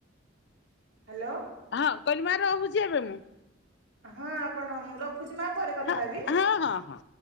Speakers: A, on the right; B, on the left.
A: ହ୍ୟାଲୋ।
B: ହଁ କଲମାାର ରହୁଛି ଏବେ ମୁଁ।
A: ହଁ ଆପଣ ର ରକଛି ମା ପରେ କଥା
B: ହଁ
A: ହେବି <inaudible>
B: ହଁ ହଁ ହଁ।